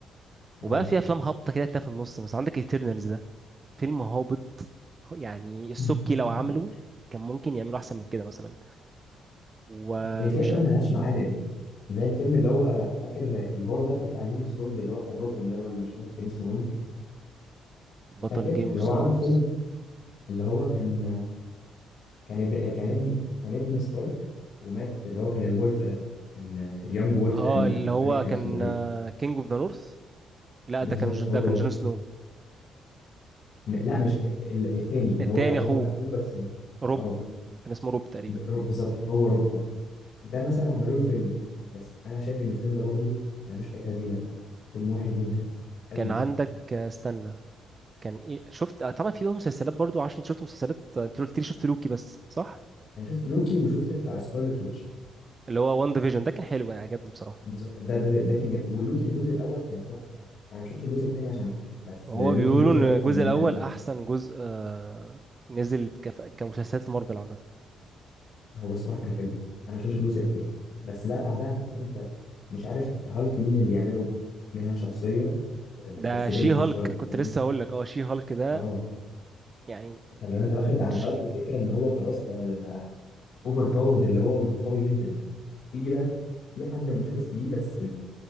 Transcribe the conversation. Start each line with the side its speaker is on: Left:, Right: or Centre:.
Right: وبقى
Left: اه
Right: في افلام هابطه كده تلاقيها في النص بس عندك ايترنالز ده فيلم هابط يعني السبكي
Left: <laughs>
Right: لو عملوا كان ممكن يعملوا احسن من كده مثلا ومش
Left: هي في افلام ملهاش معالم زي الفيلم اللي هو فاكر اللي هو البطل بتاع جيم اوف ثرونز اللي هو كان روبن ده ولا مش فاكر كان اسمه ايه
Right: بطل
Left: فاكر
Right: جيم
Left: اللي
Right: اوف
Left: هو
Right: ثرونز
Left: عمل فيلم اللي هو كان كان اب- كان ابن كان ابن ستارك ومات اللي هو كان الولف ده كان يانج وولف
Right: اه
Left: تقريبا
Right: اللي
Left: مش
Right: هو
Left: فاكر كان
Right: كان
Left: اسمه ايه
Right: كينج اوف ذا نورث لا
Left: بالظبط
Right: ده كان ج- ده
Left: هو
Right: كان
Left: ده
Right: جون سنو
Left: م- لا مش ال- التاني اللي
Right: التاني
Left: هو يعتبر
Right: اخوه
Left: اخوه بس
Right: روب
Left: اه
Right: كان اسمه روب تقريبا
Left: ب- روب بالظبط هو روب اه ده مثلا عملوا له فيلم بس انا شايف ان الفيلم ده برضو ملوش اي 30 لازمه فيلم وحش جدا قوي
Right: كان عندك آه، استنى كان ايه شفت آه، طبعا في بقى مسلسلات برضو عشان شفت مسلسلات آه، انت قلت لي شفت لوكي بس صح
Left: انا شفت لوكي وشفت بتاع سكارلت ويتش
Right: اللي هو وان ديفيجن ده كان حلو يعني عجبني بصراحة
Left: بالظبط ده ده ده كان جميل ولوكي الجزء الاول كان تحفه انا ما شفتش الجزء الثاني عشان احكم بس
Right: هو
Left: لوكي
Right: بيقولوا
Left: الجزء
Right: ان
Left: الاول
Right: الجزء
Left: كان جميل
Right: الاول
Left: قوي
Right: احسن جزء آه، نزل كف- كمسلسلات مارفل عامة
Left: هو الصراحه كان حلو انا ما شفتش الجزء الثاني بس بقى بعدها حتى انت مش عارف هالك مين اللي يعمله منها شخصيه
Right: ده
Left: بس
Right: شي
Left: بنت
Right: هالك
Left: مش ولد
Right: كنت
Left: فاهم
Right: لسه هقول لك اه شي هالك ده
Left: اه
Right: يعني
Left: فلو انت واخد عن
Right: ش-
Left: هالك فكره ان هو خلاص ده ده, ده اوفر باورد اللي هو قوي جدا تيجي بقى في حد منافس ليه بس